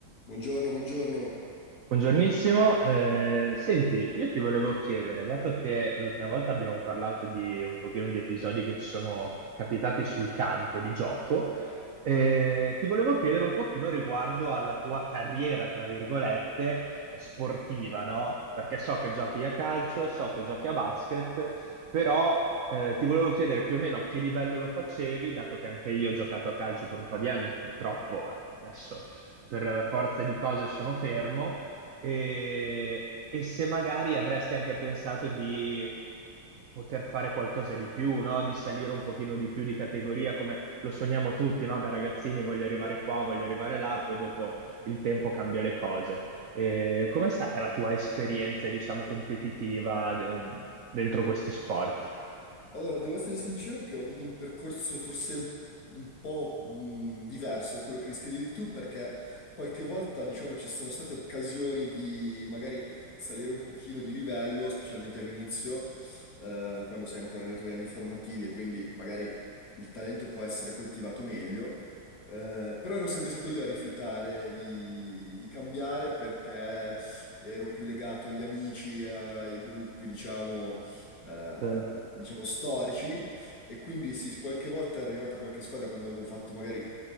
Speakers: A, on the left; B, on the right.
A: Buongiorno, buongiorno.
B: Buongiornissimo, Eh, senti, io ti volevo chiedere, dato che l'ultima volta abbiamo parlato di un pochino di episodi che ci sono capitati sul campo di gioco, eh, ti volevo chiedere un pochino riguardo alla tua carriera, tra virgolette, sportiva, no? Perché so che giochi a calcio, so che giochi a basket, però eh, ti volevo chiedere più o meno a che livello lo facevi, dato che anche io ho giocato a calcio per un po' di anni, purtroppo adesso per forza di cose sono fermo e, e se magari avresti anche pensato di poter fare qualcosa di più, no? Di salire un pochino di più di categoria, come lo sogniamo tutti, no? Da ragazzini, voglio arrivare qua, voglio arrivare là, poi dopo il tempo cambia le cose. E com'è stata la tua esperienza, diciamo, competitiva de- dentro questi sport?
A: Allora, devo essere sincero che ho avuto un percorso forse un, un po' mh, diverso da quello che riscrivevi tu, perché qualche volta, diciamo, ci sono state occasioni di magari salire un pochino di livello, specialmente all'inizio, eh, quando sei ancora nei tuoi anni formativi e quindi magari il talento può essere coltivato meglio. Eh, però ero sempre stato io a rifiutare di, di cambiare perché ero più legato agli amici, ai gruppi, diciamo eh,
B: Sì.
A: diciamo storici e quindi sì, qualche volta è arrivata qualche squadra quando avevo fatto magari